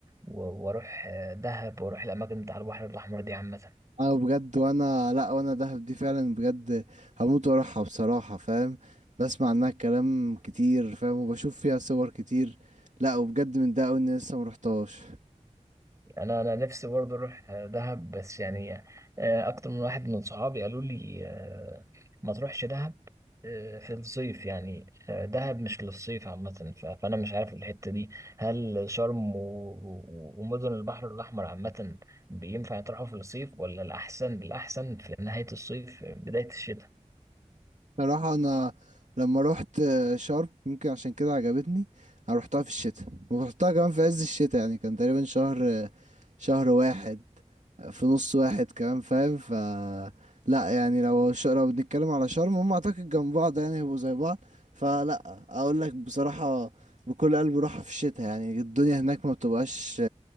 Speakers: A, on the right (about 25°); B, on the right (about 70°).
A: و- واروح آه، دهب واروح الاماكن بتاع البحر الاحمر دي عامه
B: انا بجد وانا لا وانا دهب دي فعلا بجد هموت واروحها بصراحة فاهم بسمع عنها كلام كتير فاهم وبشوف فيها صور كتير لا وبجد من ده أوي اني لسه مرحتهاش
A: انا انا نفسي برضه اروح دهب بس يعني آه، اكتر من واحد من صحابي قالوا لي آه، ما تروحش دهب آه، في الصيف يعني آه، دهب مش للصيف عامة ف- فأنا مش عارف الحتة دي هل شرم و- و- ومدن البحر الأحمر عامة بينفع يطرحوا في الصيف ولا الأحسن الأحسن في نهاية الصيف بداية الشتاء
B: بصراحة انا لما روحت شرم يمكن عشان كده عجبتني انا روحتها في الشتاء ورحتها كمان في عز الشتاء يعني كان تقريبا شهر شهر واحد في نص واحد كمان فاهم ف لا يعني لو ش... لو بنتكلم على شرم هم اعتقد جنب بعض يعني هيبقوا زي بعض فلا اقول لك بصراحة بكل قلب روحها في الشتاء يعني الدنيا هناك ما بتبقاش